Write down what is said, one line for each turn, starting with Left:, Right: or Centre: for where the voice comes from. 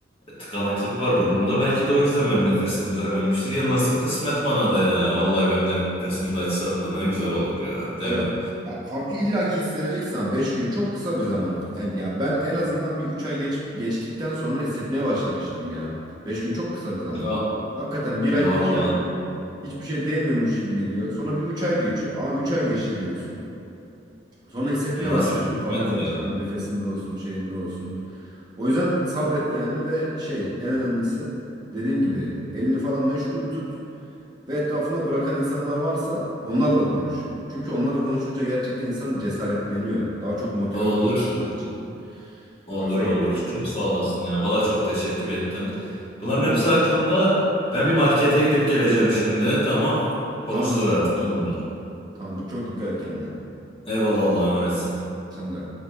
Left: tıkanıklık var burnumda. Belki de o yüzden benim nefesim düzelmemiştir. Ya nasip kısmet bana da ya. Vallahi benim nefesim de açsa ne güzel olur ya. Değil
Right: evet.
Left: mi?
Right: Ya Farkı illaki hissedeceksin ama 5 gün çok kısa bir zaman. En- Ya ben en azından bir 3 ay geç, geçtikten sonra hissetmeye başlamıştım ya. beş gün çok kısa bir zaman.
Left: Ne,
Right: Hakikaten bir ay,
Left: ne valla
Right: iki ay Hiçbir şey değmiyormuş gibi geliyor. Sonra bir 3 ay geçiyor. Aa 3 ay geçti diyorsun. Sonra hissetmeye
Left: nasip
Right: başlıyorsun
Left: kısmet
Right: farkı gerçekten.
Left: ya.
Right: Nefesinde olsun, şeyinde olsun. O yüzden sabret yani ve şey en önemlisi dediğin gibi elini falan meşgul tut ve etrafında bırakan insanlar varsa onlarla konuş. Çünkü onlarla konuştukça gerçekten insan cesaretleniyor. Daha çok motive
Left: Olur.
Right: oluyor bırakmak için.
Left: Olur
Right: Gaza
Left: olur.
Right: geliyor yani.
Left: Çok sağ olasın ya. Valla çok teşekkür ettim. Bunların
Right: Güzel
Left: hepsi
Right: mi?
Left: aklımda. Ben bir markete gidip geleceğim şimdi. Tamam. Konuşuruz
Right: Tamamdır abicim,
Left: artık
Right: tamamdır.
Left: sonra.
Right: Tamamdır. Çok dikkat et kendine.
Left: Eyvallah Allah'a emanetsin.
Right: Sen de.